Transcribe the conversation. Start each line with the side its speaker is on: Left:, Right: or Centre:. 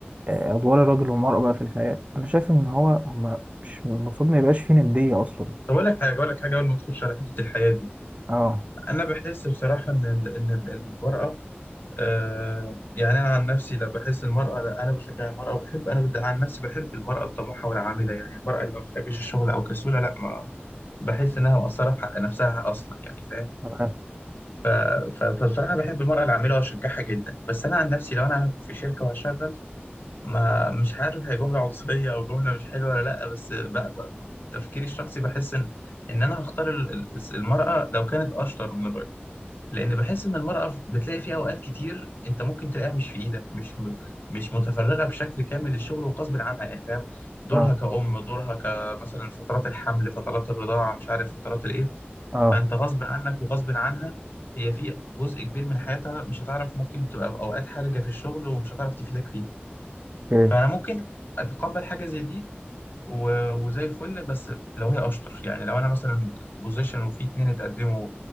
Right: آه، ادوار الراجل والمراه بقى في الحياه انا شايف ان هو هما مش المفروض ما يبقاش فيه نديه اصلا
Left: طب أقول لك حاجة أقول لك حاجة قبل ما تخش على حتة الحياة دي
Right: اه
Left: أنا بحس بصراحة إن ال إن ال إن المرأة آه يعني أنا عن نفسي لا بحس المرأة لا أنا بشجع المرأة وبحب أنا بد- عن نفسي بحب المرأة الطموحة والعاملة يعني المرأة اللي ما بتحبش الشغل أو كسولة لا ما بحس إنها مقصرة في حق نفسها أصلا يعني فاهم
Right: تمام
Left: ف- ف- فبصراحة بحب المرأة العاملة وأشجعها جدا بس أنا عن نفسي لو أنا في شركة وهشغل ما مش عارف هي جملة عنصرية أو جملة مش حلوة ولا لأ بس ب... ب... تفكيري الشخصي بحس إن إن أنا هختار ال- ال- المرأة لو كانت أشطر من الراجل لأن بحس إن المرأة بتلاقي فيها أوقات كتير أنت ممكن تلاقيها مش في إيدك مش م- مش متفرغة بشكل كامل للشغل وغصب عنها يعني فاهم دورها
Right: اه
Left: كأم دورها كمثلا فترات الحمل فترات الرضاعة مش عارف فترات الإيه
Right: اه
Left: فانت غصب عنك وغصب عنها هي في جزء كبير من حياتها مش هتعرف ممكن تبقى في اوقات حرجه في الشغل ومش هتعرف تفيدك فيه
Right: اوكي
Left: فانا ممكن اتقبل حاجه زي دي و- وزي الفل بس لو هي اشطر يعني لو انا مثلا بوزيشن وفي اتنين اتقدموا